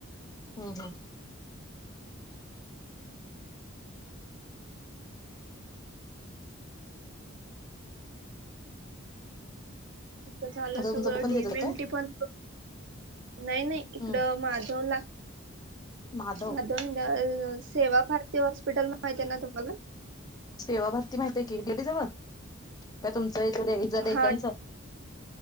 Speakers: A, on the left; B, on the right.
A: हम्म हम्म.
B: तिथ झालं
A: तुमचं
B: सगळं
A: पण
B: डीए
A: देत
B: मेलटी
A: काय
B: पण नाही नाही इकड
A: हम्म
B: माधव ला. '
A: माधव
B: मधव दय सेवा भारती हॉस्पिटल माहती आहे का तुम्हाला.
A: सेवा भारती माहती हे की डेडीजवळ काय तुमचं इज डेकनच.
B: हा